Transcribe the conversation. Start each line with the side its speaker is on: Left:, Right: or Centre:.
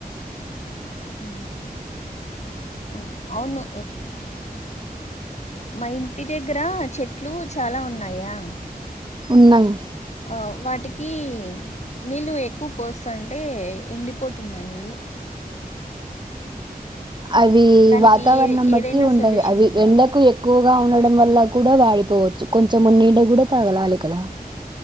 Left: హు ఆ అవును మా ఇంటి దగ్గర చెట్లు చాలా ఉన్నాయా
Right: ఉన్నాయి
Left: ఆ వాటికి నీళ్ళు ఎక్కువ పోస్తంటే ఎండిపోతున్నాయి
Right: అవి
Left: దానికి
Right: వాతావరణం
Left: ఏ ఏదైనా
Right: బట్టి ఉండయి
Left: సొల్యూషన్
Right: అవి
Left: ఉందా
Right: ఎఎండకు ఎక్కువ గా ఉండడం వల్ల కూడా వాడిపోవచ్చు కొంచెం నీడ కూడా తాగలాలి కదా